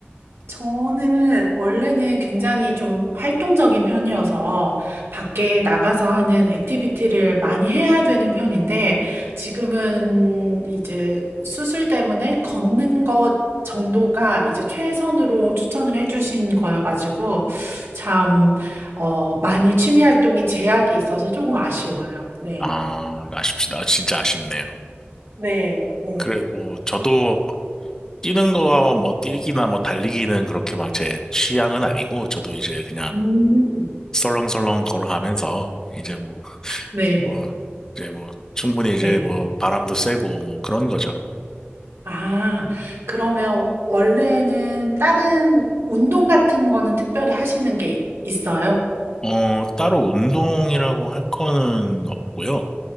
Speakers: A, on the right (about 80°); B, on the left (about 15°).
A: 저는 원래는 굉장히 좀 활동적인 편이어서 밖에 나가서 하는 액티비티를 많이 해야 되는 편인데 지금은 이제 수술 때문에 걷는 것 정도가 이제 최선으로 추천을 해주신 거여가지고 참, 어, 많이 취미 활동이 제약이 있어서 조금 아쉬워요. 네.
B: 아, 아쉽시다. 진짜 아쉽네요.
A: 네, 네.
B: 그래, 뭐, 저도 뛰는 거와 뭐, 뛰기나 뭐, 달리기는 그렇게 막 제 취향은 아니고, 저도 이제 그냥
A: 음.
B: 설렁설렁 걸어가면서, 이제 뭐,
A: 네,
B: 뭐, 이제 뭐, 충분히 이제
A: 네.
B: 뭐, 바람도 쐬고, 뭐, 그런 거죠.
A: 아, 그러면 원래는 다른 운동 같은 거는 특별히 하시는 게 있어요?
B: 어, 따로 운동이라고 할 거는 없고요.